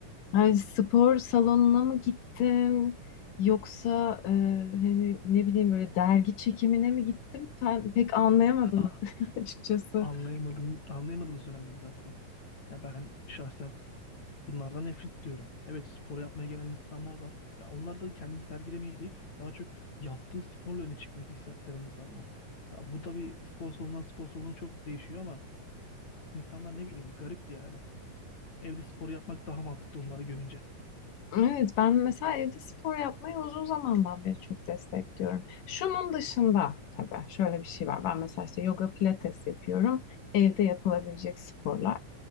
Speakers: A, on the left; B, on the left.
A: Hani spor salonuna mı gittim yoksa e, hani ne bileyim böyle dergi çekimine mi gittim? Ben pek anlayamadım
B: <laughs>
A: <laughs> açıkçası.
B: anlayamadığım, anlayamadığımız dönemdeyiz zaten. Ya ben şahsen bunlardan nefret ediyorum. Evet spor yapmaya gelen insanlar var. Ya onlar da kendini sergilemeye değil, daha çok yaptığı sporla öne çıkmayı ise- seven insanlar. Ha, bu tabii spor salonundan spor salonuna çok değişiyor ama insanlar ne bileyim garip bir yani. Evde spor yapmak daha mantıklı onları görünce.
A: Evet ben mesela evde spor yapmayı uzun zamandan beri çok destekliyorum. Şunun dışında tabii şöyle bir şey var. Ben mesela işte yoga pilates yapıyorum. Evde yapılabilecek sporlar.